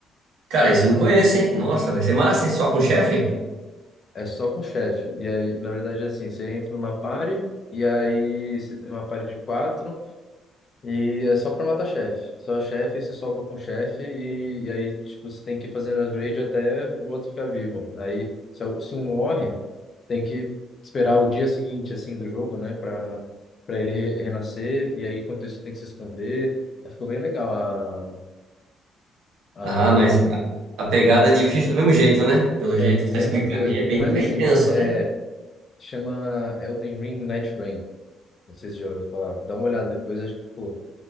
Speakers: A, on the right; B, on the left.
A: cara, isso eu não conheço, hein? Nossa, vai ser massa, hein? Só com o chefe?
B: É só com o chefe. E aí, na verdade, é assim, você entra numa party, e aí você tem uma party de quatro, E é só pra matar chefe. Só chefe, você solta com chefe e, e aí tipo, você tem que ir fazendo upgrade até o outro ficar vivo. Aí se, al- se um morre, tem que esperar o dia seguinte assim do jogo, né, Pra para ele re- renascer e aí enquanto isso tem que se esconder. Aí Ficou bem legal a,
A: Ah, mas
B: a
A: a, a pegada é difícil do mesmo jeito, né? Pelo
B: é
A: jeito
B: a mesma
A: que tá explicando
B: coisa,
A: aí, é bem,
B: mas
A: bem
B: assim,
A: tenso,
B: é
A: né?
B: chama Elden Ring Night Rain. Não sei se já ouviu falar. Dá uma olhada depois, acho que pô.